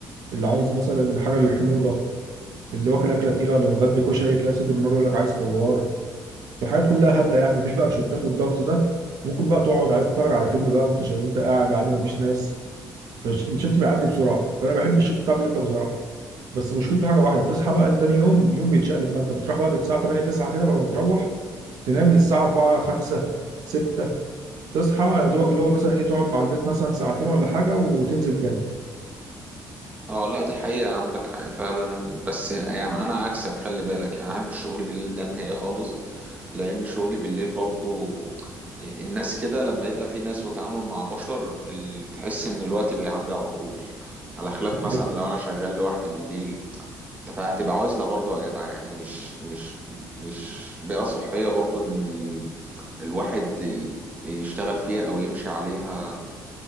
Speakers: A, on the right; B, on the right.
A: اللي عايز مثلا حاجه للحموضه اللي واكل اكله تقيله ولا متغدي كشري تلاقي صدر النار يقول لك عايز فوار الحاجات كلها هبله يعني مفيش بقى روشتات والضغط ده ممكن بقى تقعد عايز تتفرج على فيلم بقى وانت شا... وانت قاعد عادي مفيش ناس فالشفت بيعدي بسرعه فانا بحب الشفت بتاع الليل ده بصراحه بس مشكلته حاجه واحده بتصحى بقى لتاني يوم اليوم بيتشقلب بقى انت بتروح بقى الساعه 8 9 كده بعد ما تروح تنام للساعة 4 5 6 تصحى يا دوبك اللي هو مثلا ايه تقعد مع البيت مثلا ساعتين ولا حاجة وتنزل تاني
B: اه لا دي حقيقة عندك حق فعلا بس يعني أنا عكسك خلي بالك يعني أنا أحب الشغل بالليل ده نهائي خالص لأن شغلي بالليل برضو الناس كده لما يبقى في ناس وتعامل مع بشر ال- تحس إن الوقت بيعدي على طول على خلاف مثلا
A: حقيقي.
B: لو أنا شغال لوحدي بالليل أنت فهتبقى عزلة برضو يا جدع يعني مش مش مش بيئة صحية برضو إن ال- الواحد ي- يشتغل فيها أو يمشي عليها